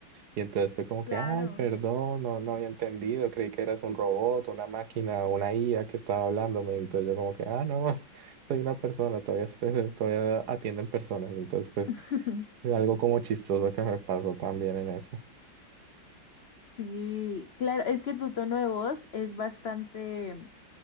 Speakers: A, on the right (about 60°); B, on the left (about 85°).
A: Y entonces fue como que,
B: Claro.
A: ay, perdón, no, no había entendido, creí que eras un robot, una máquina, una IA que estaba hablándome. Entonces yo como que, ah, no, <laughs> soy una persona, todavía, estoy- todavía atienden personas. Entonces, pues,
B: <laughs>
A: algo como chistoso que me pasó también en eso.
B: Sí, claro, es que tu tono de voz es bastante,